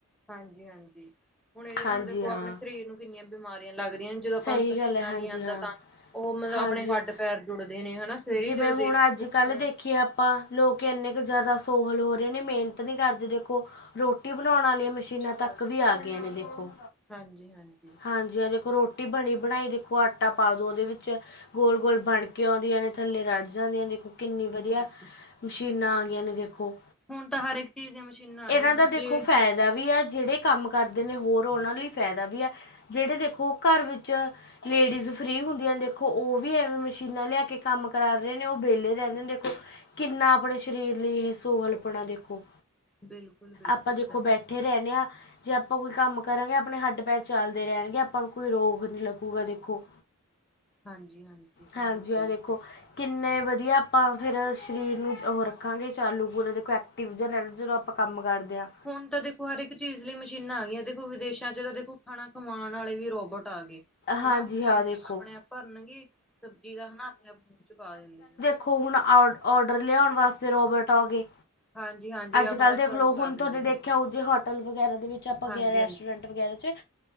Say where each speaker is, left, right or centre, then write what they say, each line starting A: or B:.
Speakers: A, in the centre; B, on the left (about 50°).
A: ਹਾਂਜੀ ਹਾਂਜੀ ਹੁਣ ਇਹਦੇ ਨਾਲ
B: ਹਾਂਜੀ
A: ਦੇਖੋ
B: ਹਾਂ
A: ਆਪਣੇ ਸਰੀਰ ਨੂੰ ਕਿੰਨੀਆਂ ਬਿਮਾਰੀਆਂ ਲੱਗਦੀਆਂ ਨੇ ਜਦੋਂ ਆਪਾਂ
B: ਸਹੀ
A: ਨੂੰ ਪਸੀਨਾ
B: ਗੱਲ ਹੈ ਹਾਂਜੀ
A: ਨਹੀਂ ਆਦਾ
B: ਹਾਂ
A: ਤਾਂ, ਉਹ ਮਤਲਬ
B: ਹਾਂਜੀ
A: ਆਪਣੇ ਹੱਡ
B: ਹਾਂ
A: ਪੈਰ ਜੁੜਦੇ ਨੇ ਹਨਾ। ਸਵੇਰੇ
B: ਜਿਵੇਂ
A: ਜਦੋਂ
B: ਹੁਣ
A: ਦੇਖ
B: ਅੱਜ
A: ਉੱਠਦੇ
B: ਕੱਲ੍ਹ ਦੇਖੀਏ
A: ਹਾਂ
B: ਆਪਾਂ ਲੋਕ ਇੰਨੇ ਕੁ ਜ਼ਿਆਦਾ ਸੋਹਲ ਹੋ ਰਹੇ ਨੇ ਮਿਹਨਤ ਨੀ ਕਰਦੇ ਦੇਖੋ। ਰੋਟੀ ਬਣਾਉਣ ਵਾਲੀਆਂ ਮਸ਼ੀਨਾਂ ਤੱਕ ਵੀ ਆ ਗਈਆਂ ਨੇ ਦੇਖੋ।
A: ਹਾਂਜੀ ਹਾਂਜੀ।
B: ਹਾਂਜੀ ਹਾਂਜੀ, ਦੇਖੋ ਰੋਟੀ ਬਣੀ ਬਣਾਈ ਦੇਖੋ ਆਟਾ ਪਾ ਦਿਉ ਉਹਦੇ ਵਿੱਚ ਗੋਲ- ਗੋਲ ਬਣ ਕੇ ਆਉਂਦੀਆਂ ਨੇ ਥੱਲੇ ਰੱੜ ਜਾਂਦੀਆਂ ਨੇ ਦੇਖੋ। ਕਿੰਨੀ ਵਧੀਆ,
A: ਬਿਲਕੁਲ
B: ਮਸ਼ੀਨਾਂ ਆ ਗਈਆਂ ਨੇ ਦੇਖੋ।
A: ਹੁਣ ਤਾਂ ਹਰ ਇੱਕ ਚੀਜ਼ ਦੀਆਂ ਮਸ਼ੀਨਾਂ ਆ
B: ਇਹਨਾਂ
A: ਗਈਆਂ ਦੂਜੇ
B: ਦਾ ਦੇਖੋ ਫਾਇਦਾ ਵੀ ਆ, ਜਿਹੜੇ ਕੰਮ ਕਰਦੇ ਨੇ ਹੋਰ, ਉਹਨਾਂ ਲਈ ਫਾਇਦਾ ਵੀ ਆ ਜਿਹੜੇ ਦੇਖੋ ਘਰ ਵਿੱਚ ਲੇਡੀਜ਼ ਫ੍ਰਰੀ ਹੁੰਦੀਆਂ ਦੇਖੋ, ਉਹ ਵੀ ਐਵੇਂ ਮਸ਼ੀਨਾਂ ਲਿਆ ਕੇ ਕੰਮ ਕਰਾ ਰਹੇ ਨੇ, ਉਹ ਵਿਹਲੇ ਰਹਿੰਦੇ ਨੇ ਦੇਖੋ ਕਿੰਨਾ ਆਪਣੇ ਸਰੀਰ ਲਈ ਇਹ ਸੋਹਲ ਪੁਣਾ, ਦੇਖੋ।
A: ਬਿਲਕੁਲ ਬਿਲਕੁਲ
B: ਆਪਾਂ ਦੇਖੋ
A: ਇਹ ਤਾਂ
B: ਬੈਠੇ ਰਹਿੰਦੇ ਹਾਂ, ਜੇ ਆਪਾਂ ਕੋਈ ਕੰਮ ਕਰਾਂਗੇ ਆਪਣੇ ਹੱਡ ਪੈਰ 'ਚ ਚੱਲਦੇ ਰਹਿਣਗੇ, ਆਪਾਂ ਨੂੰ ਕੋਈ ਰੋਗ ਨੀ ਲੱਗੂਗਾ, ਦੇਖੋ।
A: ਹਾਂਜੀ ਹਾਂਜੀ ਇਹ ਤਾਂ
B: ਹਾਂਜੀ,
A: ਗੱਲ ਸਹੀ
B: ਆ ਦੇਖੋ ਕਿੰਨੇ ਵਦੀਆ ਆਪਾਂ ਫੇਰ ਸ਼ਰੀਰ ਨੂੰ, ਓ ਰੱਖਾਂਗੇ ਚਾਲੂ <unintelligible> ਟਿਵਜ਼ਨ ਐ, ਜਦੋਂ ਆਪਾਂ ਕੰਮ ਕਰਦੇ ਹਾਂ।
A: ਹੁਨ ਤਾ ਦੇਖੋ ਹਰ ਏਕ ਚੀਜ਼ ਲਈ ਮਸ਼ੀਨਾਂ ਆ ਗਿਆਂ, ਦੇਖੋ ਵਿਦੇਸ਼ਾਂ 'ਚ ਤਾ ਦੇਖੋ, ਖਾਣਾ ਖਮਾਣ ਵਾਲੇ ਵੀ ਰੋਬੋਟ ਆਗੇ
B: ਹਾਂਜੀ
A: ਹਨਾ, ਓ ਚਮਚਾ
B: ਹਾਂ ਦੇਖੋ
A: ਆਪਣੇ ਆਪ ਪਰਨਗੇ ਸਬਜ਼ੀ ਦਾ ਹਨਾ, ਆਪਨੇ ਆਪ ਮੂੰਹ 'ਚ ਪਾ ਦੇਂਦੇ ਨੇ
B: ਖੋ ਹੁਣ ਆਓ, ਓਡਰ ਲੇਓਣ ਵਾਸਤੇ ਰੋਬਟ ਆਗੇ
A: ਹਾਂਜੀ, ਹਾਂਜੀ।
B: ਆੱਜ-ਕਾੱਲ
A: ਆਪਣੇ ਆਪ
B: ਦੇਖ
A: ਸਰਵ
B: ਲੋ
A: ਕਰ
B: ਹੁਨ
A: ਦਿੰਦੇ
B: ਤੋਅਡੇ
A: ਨੇ
B: ਦੇਖੇਆ
A: ਉਹ
B: ਹੋਉ, ਜੇ ਹੋਟਲ ਵਗੈਰਾ ਦੇ ਵਿੱਚ ਆਪਾਂ
A: ਹਾਂਜੀ
B: ਗੇ, ਰੈਸਟੋਰੈਂਟ
A: ਹਾਂਜੀ
B: ਵਗੈਰਾ 'ਚ